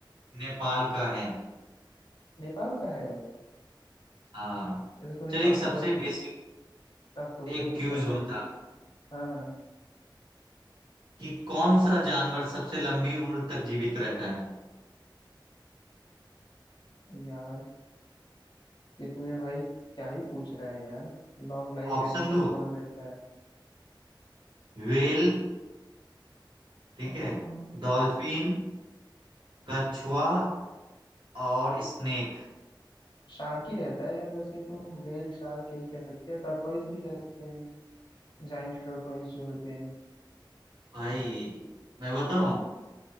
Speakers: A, on the right; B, on the left.
A: नेपाल का है
B: नेपाल का है
A: हाँ
B: ऐसे तूने
A: चल
B: काफी
A: एक सबसे
B: टफ
A: बेसिक
B: टफ क्वेश्चन
A: एक
B: पूछा
A: क्यूज
B: था
A: बता
B: ये हाँ हाँ
A: कि कौन सा जानवर सबसे लंबी उम्र तक जीवित रहता है
B: यार ये तूने भाई क्या ही पूछ रहा है यार लॉन्ग लाइफ
A: ऑप्शन
B: एनिमल
A: दो
B: कौन रहता है
A: व्हेल ठीक
B: ओहो,
A: है डॉल्फिन कछुआ और स्नेक
B: शार्क ही रहता है यार वैसे तो वेल शार्क यही कह सकते हैं टर्टोइज भी कहते हैं जाइंट टर्टोइज जो होते हैं
A: भाई मैं बताऊं